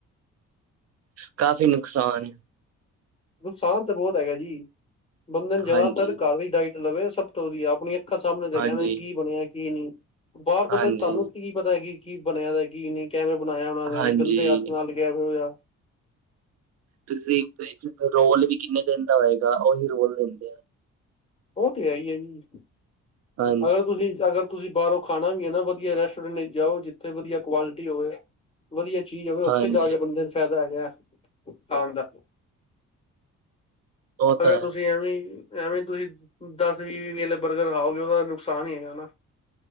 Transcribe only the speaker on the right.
ਕਾਫੀ ਨੁਕਸਾਨ
ਹਾਂਜੀ
ਹਾਂਜੀ
ਹਾਂਜੀ
ਹਾਂਜੀ
ਤੁਸੀਂ, ਰੋਲ ਵੀ ਕਿੰਨੇ ਦਿਨ ਦਾ ਹੋਏਗਾ, ਉਹੀ ਰੋਲ ਦਿੰਦੇ ਆ
ਹਾਂਜੀ
ਹਾਂਜੀ
ਉਹ ਤਾਂ
ਹੈ